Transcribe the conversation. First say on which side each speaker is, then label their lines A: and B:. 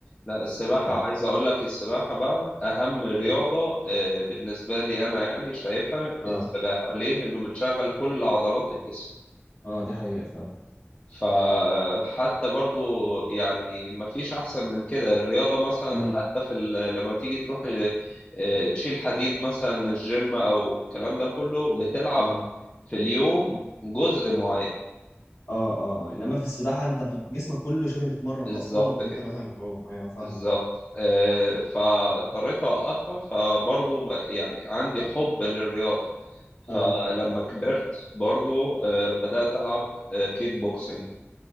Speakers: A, on the left; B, on the left.
A: لا السباحة
B: ف...
A: عايز أقول لك السباحة بقى أهم رياضة
B: م.
A: آه، بالنسبة لي أنا يعني شايفها
B: اه
A: السباحة ليه؟ لأنه بتشغل كل عضلات الجسم
B: اه دي حقيقه فعلا
A: فحتى برضو يعني مفيش أحسن من كده الرياضة مثلا
B: امم
A: حتى في ال- لما تيجي تروح آه، تشيل حديد مثلا الجيم أو الكلام ده كله بتلعب
B: اه
A: في اليوم جزء معين
B: اه اه انما في السباحه انت بت- جسمك كله شبه بيتمرن
A: بالظبط
B: اصلا وانت
A: كده
B: مثلا بتعوم ايوه فاهمك
A: بالظبط
B: اه
A: آه، فاضطريت أوقفها فبرضو بق- يعني عندي حب للرياضة
B: اه
A: فلما كبرت برضو آه، بدأت ألعب آه، كيك بوكسينج